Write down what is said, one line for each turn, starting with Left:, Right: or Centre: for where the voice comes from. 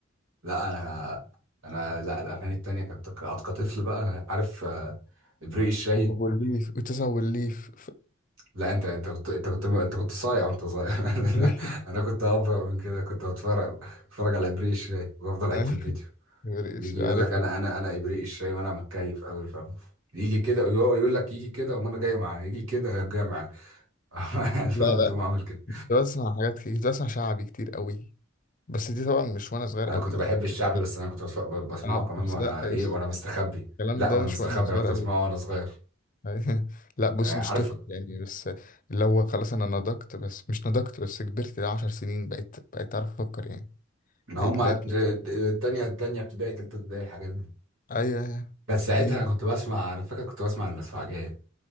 Right: لا انا انا لا الاغاني التانية كانت كنت كطفل بقى عارف آه، ابريق الشاي
Left: وابو الليف وتسع والليف
Right: لا انت انت كنت انت كنت انت كنت صايع وانت صغير <laughs> انا
Left: <laughs> أي.
Right: انا كنت ابرع من كده كنت بتفرج بتفرج على ابريق الشاي وافضل اعيد
Left: أي.
Right: في الفيديو
Left: مش
Right: يجي
Left: عارف
Right: يقول لك انا
Left: <laughs>
Right: انا انا ابريق الشاي وانا متكيف قوي فاهم يجي كده ويقعد يقول لك يجي كده وانا جاي معاه يجي كده جاي معاه <laughs>
Left: لا
Right: نقعد
Left: لا
Right: ده اعمل كده
Left: كنت بسمع حاجات كتير كنت بسمع شعبي كتير قوي بس دي طبعا مش وانا صغير
Right: انا
Left: قوي
Right: كنت
Left: يعني
Right: بحب الشعبي بس انا كنت بس- بسمعه
Left: اه
Right: كمان
Left: بس
Right: وانا
Left: لا يا
Right: ايه
Left: بس
Right: وانا مستخبي
Left: الكلام
Right: لا
Left: ده
Right: وانا
Left: مش
Right: مستخبي
Left: وانا صغير
Right: انا كنت
Left: قوي
Right: بسمعه وانا صغير
Left: <laughs> لا بص
Right: آه،
Left: مش
Right: عارف
Left: طفل يعني بس اللي هو خلاص انا نضجت بس مش نضجت بس كبرت ده عشر سنين بقيت بقيت اعرف افكر يعني
Right: ان
Left: اللي
Right: هما
Left: هي
Right: ت-
Left: بتبقى-
Right: ت- تانية تانية ابتدائي تالتة ابتدائي الحاجات دي
Left: ايوه أيوه.
Right: بس ساعتها
Left: دي
Right: انا كنت بسمع انا فاكر كنت بسمع المدفعجية